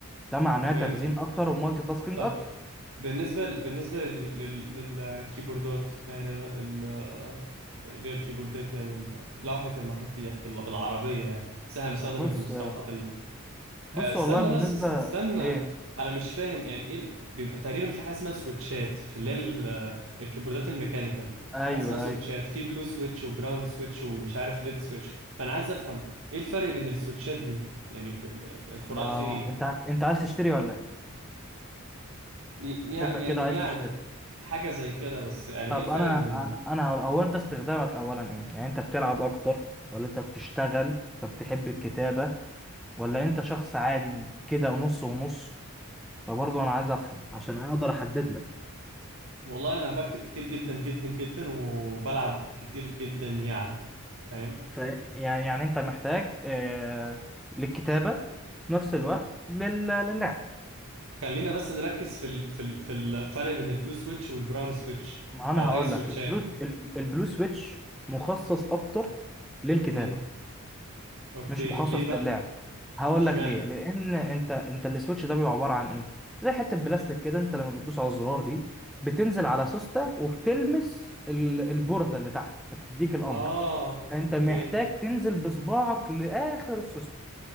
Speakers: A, in the centre; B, on the right.
A: ده معناه
B: امم فهمتك
A: تخزين اكتر ومالتي تاسكينج
B: طب
A: اكتر
B: بالنسبة بالنسبة لل... لل... للكيبوردات يعني أنا ال... غير الكيبوردات يعني ال- لوحة المفاتيح بال... بالعربية يعني بس احنا بنستخدم
A: بص
B: المصطلحات آه،
A: بص
B: استنى
A: والله بالنسبة
B: بس است- استنى
A: ايه
B: انا مش فاهم يعني ايه ال- بيبقى تقريبا في حاجه اسمها سويتشات في اللي هي ال- آه، الكيبوردات الميكانيكال في
A: ايوه
B: حاجه اسمها سويتشات
A: ايوه
B: في بلو سويتش وبراون سويتش ومش عارف ريد سويتش فانا عايز افهم ايه الفرق بين السويتشات دي يعني ب- ب- الفروقات
A: أنا-
B: في ايه
A: انت انت عايز تشتري ولا ايه
B: ي-
A: شكلك
B: يعني
A: كده عايز
B: يعني
A: تشتري
B: حاجه زي كده بس يعني
A: طب
B: ايه الفرق
A: انا
B: بين ال...
A: انا أنا هقول- هو انت استخدامك اولا ايه يعني انت بتلعب اكتر ولا انت بتشتغل فبتحب الكتابة ولا انت شخص عادي كده نص ونص فبرضه انا عايز افهم عشان اقدر احدد لك
B: والله انا بكتب كتير جدا جدا جدا وبلعب كتير جدا يعني فاهم
A: ف يعني يعني انت محتاج آه للكتابة في نفس الوقت لل... للعب
B: خلينا بس نركز في ال... في ال... في الفرق بين البلو سويتش والبراون سويتش
A: ما انا
B: او
A: هقول
B: اي سويتشات
A: لك البلو البلو سويتش مخصص اكتر للكتابة
B: امم اوكي
A: مش مخصص
B: ليه بقى
A: للعب هقول
B: اشمعنى
A: لك ليه لان انت انت السويتش ده بيبقى عباره عن ايه زي حته بلاستيك كده انت لما بتدوس على الزرار دي بتنزل على سوسته وبتلمس ال- البورده اللي تحت فتديك الامر
B: اه
A: انت
B: اوكي
A: محتاج تنزل بصباعك لاخر السوسته